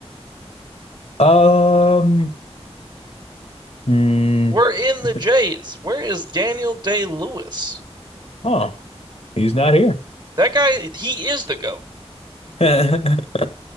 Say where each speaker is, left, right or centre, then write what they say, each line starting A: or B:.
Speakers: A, on the left; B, on the right.
A: Um. hmm,
B: We're in
A: he's
B: the Jays.
A: not-
B: Where is Daniel Day-Lewis?
A: oh, he's not here.
B: That guy, he is the GOAT.
A: <laughs>